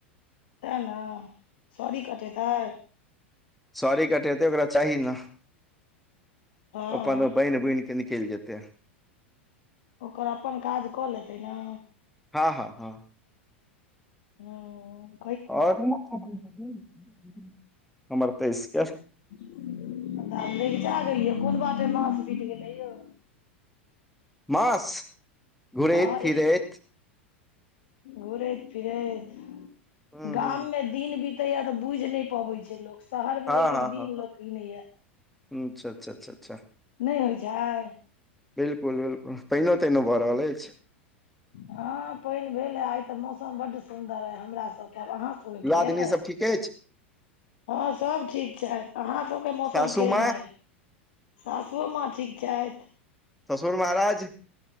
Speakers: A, on the left (about 60°); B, in the centre.
A: त ने सॅरी कटेतैय।
B: सॅरी कटेतै ओकरा चाही ने।
A: हँ
B: अपन बाहिन बुहिन क निकलि जेतै।
A: ओकर अपन काज कऽ लेतै ने।
B: हँ हँ हँ।
A: हुं।
B: और <unintelligible> हमर तेइसके।
A: तब लगीचा गेलियौ कोन बाटे मास बीत गेलै यौ।
B: मास घुरैत
A: आ
B: फिरैत
A: घुरैत फिरैत
B: ह ह
A: गाममे दिन बीते या तऽ बुझि न पवे छै लोक शहर
B: हँ
A: में एक
B: हँ
A: एक दिन
B: हँ हँ
A: लोक कीने ये।
B: अच्छा अच्छा अच्छा अच्छा।
A: नहि होइ छै
B: बिलकुल बिलकुल पाइनो ताइनो भऽ रहल अछि।
A: हँ पाइनि भेल आ आइ तऽ मौसम बड्ड सुन्दर अइ हमरा सभके आब अहाँ सबके
B: दियादनी
A: केहन अइ
B: सब ठीके अछि।
A: हँ सब ठीक छैथ। अहाँ सबके मौसम
B: सासू
A: केहन
B: माँ
A: अइ? सासुओ माँ ठीक छथि।
B: ससुर महाराज।